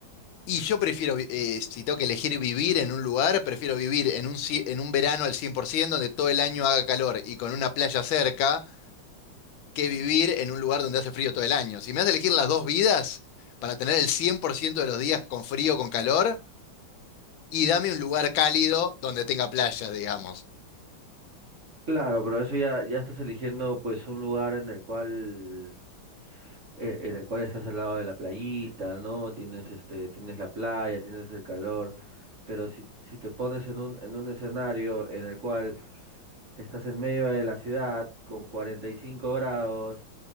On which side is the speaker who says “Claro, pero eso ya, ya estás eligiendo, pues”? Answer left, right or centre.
Right